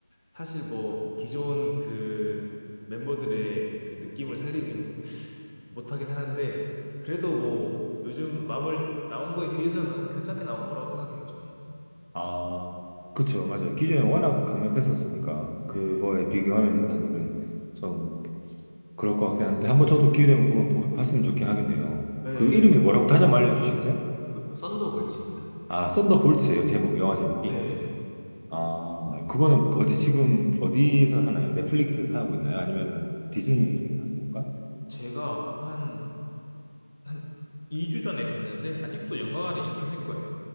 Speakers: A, on the left; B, on the right.
A: 사실 뭐 기존 그 멤버들의 그 느낌을 살리지 못하긴 하는데 그래도 뭐 요즘 마블 나온 거에 비해서는 괜찮게 나온 거라고 생각해요, 저는.
B: 아, 그쵸, 맞아요. 기존에 워낙 강력했었으니까, 그거에
A: 예.
B: 비교하면은 사실은 좀 그럴 것 같긴 한데, 한번 저도 기회 되면 그건 보- 봤으면 좋긴 하겠네요.
A: 예.
B: 그 이름이 뭐라고 다시 한번 알려주시겠어요?
A: 그 썬더볼츠입니다.
B: 아, 썬더볼츠예요, 제목, 영화 제목이.
A: 예.
B: 아, 그거는 어디 지금 어디에서 하나요? 넷플릭스에서 하고 있나요? 아니면은 디즈니에서 하는 건가?
A: 제가 한, 한 2주 전에 봤는데 아직도 영화관에 있긴 할 거예요.